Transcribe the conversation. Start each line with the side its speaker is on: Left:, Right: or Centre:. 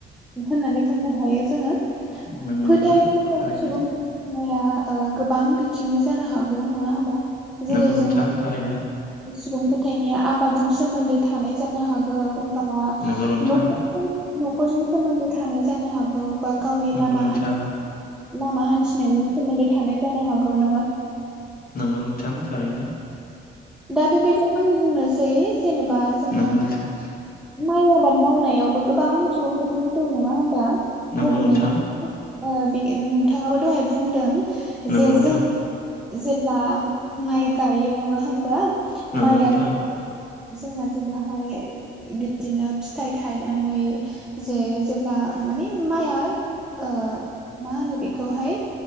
Centre: होननानै बुंनो हायो जोङो
Left: नंगौ
Centre: फोथायनो
Left: नोंथां
Centre: गोनां
Left: थारैनो
Centre: सुबुं निया गोबां बिथिंनि जानो हागौ नङा होमबा जेरै
Left: नंगौ नोंथां
Centre: जोङो
Left: थारैनो
Centre: सुबुं फोथायनाय आबादजों सोमोन्दो थानाय जानो हागौ बा
Left: नंगौ नोंथां
Centre: नखरजों नखरजों सोमोनदो थानाय जानो हाग औ बा गावनि
Left: नंगौ
Centre: लामा
Left: नोंथां
Centre: हान्थ लामा हान्थिनायनि सोमोन्दै थानाय जानो हागौ नङा होमबा।
Left: नागौ नोंथां थारैनो।
Centre: दा बेबायदि आं बुंनोसै जेनेबा जोङो
Left: नंगौ नोंथां
Centre: माइ आबाद मावनायावबो गोबां सुबुं फोथायनाय दं नङा होमबा
Left: नंगौ
Centre: गाहायथ
Left: नोंथां
Centre: ओ बे नोंथाङाबो दहाय बुंदों
Left: नंगौ
Centre: जे
Left: नोंथां
Centre: जों जेब्ला माइ गायो नङा होमब्ला
Left: नंगौ
Centre: माइआ
Left: नोंथां
Centre: जोंना जेब्लाहाय बिदिनो फिथाइ थायनानै जे जेब्ला मानि माइआ ओ मा होनो बे खौहाय